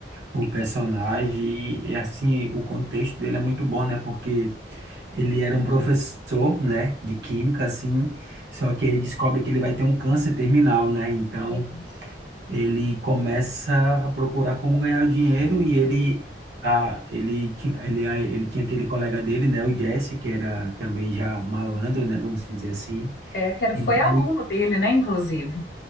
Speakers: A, on the right; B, on the left.
A: o personagem e e, assim o contexto dele é muito bom né porque ele era um professor né de química assim só que ele descobre que ele vai ter um câncer terminal né então
B: Isso.
A: ele começa a procurar como ganhar o dinheiro e ele a, ele ti- ele a- ele tinha aquele colega dele né o Jesse que era também já malandro né vamos dizer assim
B: É, que era-
A: então
B: foi aluno dele, né? Inclusive.